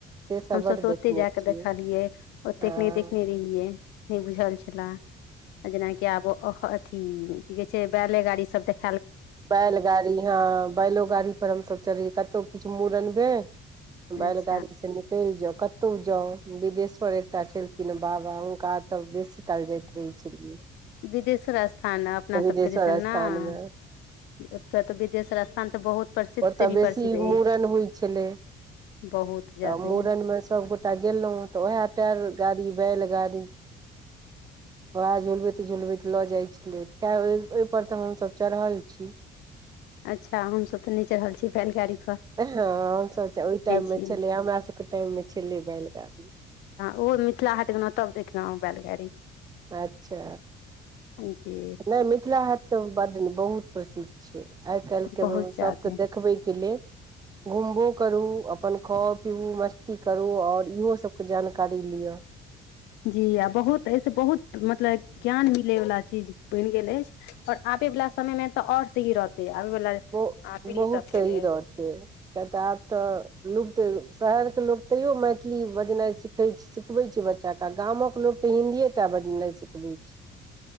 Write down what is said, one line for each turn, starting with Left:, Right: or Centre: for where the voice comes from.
Right: से सब
Left: हमसभ
Right: बड्ड
Left: तऽ
Right: देखने
Left: ओते जा कऽ
Right: छियै
Left: देखलियै ओतेक
Right: हँ
Left: नहि देखने रहियै नै बुझल छला जेनाकि आब अथी की कहे छै बैले गाड़ी सब देख
Right: बैलगाड़ी हाँ बैलो गाड़ी पर हमसब चढ़ैै कतउ किछ मूड़न भैल बैलगाड़ी
Left: अच्छा
Right: से निकलि जाउ कतहु जाउ बिदेश्वर एकटा छलखिन ह बाबा हुनका तऽ बेसी काल जाइत रहै छलियै
Left: बिदेश्वर स्थान अपना सबके
Right: बिदेश्वर
Left: दिसन
Right: स्थान
Left: ने
Right: मे
Left: ओते तऽ बिदेश्वर स्थान तऽ बहुत प्रसिद्ध
Right: ओ
Left: से
Right: तऽ
Left: भी
Right: बेसी
Left: प्रसिद्ध अछि
Right: मूड़न होइ छलै
Left: बहुत ज्यादे
Right: तऽ मूड़न में सबगोटा गेलहुँ तऽ उएह टार गाड़ी बैलगाड़ी ओह झुलबेत झुलबेत लऽ जाइ छलै ते ओहिपर तऽ हमसब चढ़ल छी
Left: अच्छा हमसब तऽ नहि चढ़ छियै बैल गाड़ी
Right: हेलो हाँ हमसब त ओहि टाइममे
Left: छी
Right: छलै हमरा सबके टाइममे छलै बैलगाड़ी
Left: ओहो मिथिला हाट गेलहुँ तब देखलहुँ बैलगाड़ी
Right: अच्छा
Left: जी
Right: नहि मिथिला हाट तऽ बड्ड बहुत प्रसिद्ध छै आइ काल्हिके
Left: बहुत ज्यादे
Right: सबके देखबैके लेल घुमबो करू अपन खाउ पीबू मस्ती करू ओर इहो सबके जानकारी लिअ
Left: जी आ बहुत एहिसे बहुत मतलब ज्ञान मिलैवला चीज बनि गेल अछि ओर आ आबे वाला समय मे तऽऔर सही रहतै आबयवला
Right: ब
Left: पीढ़ी
Right: बहुत
Left: सभके
Right: सही
Left: लेल
Right: रहतेै क्य तऽ आब तऽ लुप्त शहर के लोग तैयो मैथिली बजनाई सखै सिखबै छियै बच्चाके गामक लोक तऽ हिन्दीए टा बज नहि सिखबै छै